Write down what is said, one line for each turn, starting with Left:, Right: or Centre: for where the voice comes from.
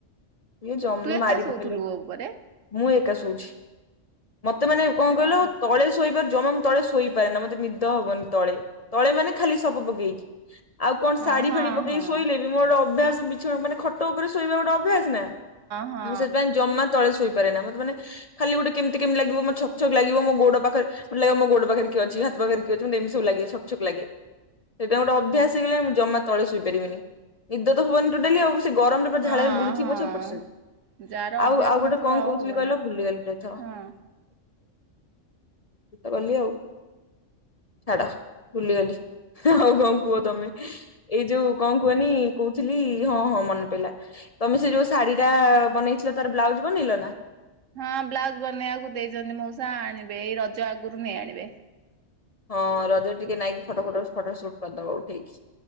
Left: ଇଏ ଜମା
Right: ତୁ ଏକା
Left: ମାରି
Right: ଶୋଉଥିଲୁ
Left: ପକେଇଲେ।
Right: ଉପରେ?
Left: ମୁଁ ଏକା ଶୋଉଛି ମତେ ମାନେ କଣ
Right: ହଁ
Left: କହିଲ ତଳେ ଶୋଇପାରେ ଜମା ମୁଁ ତଳେ ଶୋଇପାରେ ନା ମତେ ନିଦ ହବନି ତଳେ ତଳେ ମାନେ ଖାଲି ସପ ପକେଇକି। ଆଉ କଣ
Right: ହଁ
Left: ଶାଢୀ
Right: ହଁ
Left: ଫାଡି ପକେଇକି
Right: ହଁ
Left: ଶୋଇଲେ ବି ମୋ ଗୋଟେ ଅଭ୍ୟାସ ବିଛଣା ମାନେ ଖଟ ଉପରେ ଶୋଇବା ଗୋଟେ ଅଭ୍ୟାସ। ଚୁନା
Right: ହଁ।
Left: ମୁଁ ସେଥିପାଇଁ ଜମା ତଳେ ଶୋଇପାରେ ନା ମତେ ମେ ଖାଲି ଗୋଟେ କେମିତି କେମତି ଲାଗିବ ମୋ ଛକ ଛକ୍ ଲାଗିବ ଗୋଡ ପାଖରେ ବୋଲେ ମୋ ପାଖରେ କି ଅଛି ହାତ ପାଖରେ କିଏ ଏମିତି ସବୁ ଲାଗେ ଛକଛକ୍ ଲାଗେ। ସେଇଟା ଗୋଟେ ଅଭ୍ୟାସ ହେଇଗଲାଣି ମୁଁ ଜମା ତଳେ ଶୋଇପାରିବିନି ନିଦ ତ ହବନି ତୋଟାଲି ଆଉ। ଏତେ ଗରମରେ ପଛେ
Right: ହଁ
Left: ଝାଳର ବୁଢି
Right: ହଁ
Left: ଯିବି ପଛେ ଉପରେ ଶୋଇବି।
Right: ଯାହାର ଅଭ୍ୟାସ
Left: ଆଉ ଆଉ
Right: ନଥିବ
Left: ଗୋଟେ କଣ କହୁଥିଲି
Right: ହବ
Left: କହିଲ
Right: ନା।
Left: ଭୁଲିଗଲି ପ୍ରେଥ
Right: ହଁ
Left: ଗଲି ଆଉ ଛାଡ ଭୁଲିଗଲି ହେଁ ହଉ ହଉ। କୁହ ତମେ ଏଁ ଯୋଉ କଣ କୁହନି କହୁଥିଲି ହଁ ହଁ ମନେ ପଇଲା। ତମେ ସେ ଯୋଉ ଶାଢୀ ଟା ବନେଇଥିଲ ତାର ବ୍ଲାଉଜ ବନେଇଲ ନା।
Right: ହଁ ବ୍ଲାଉଜ ବନେଇବାକୁ ଦେଇଛନ୍ତି ମଉସା ଆଣିବେ ଏଇ ରଜ ଆଗରୁ ନେଇ ଆଣିବେ।
Left: ହଁ ରଜ ଟିକେ ନାଇକି ଫଟୋ ଫଟ ଫଟୋ ସୁଟ କରିଦବ ଉଠେଇକି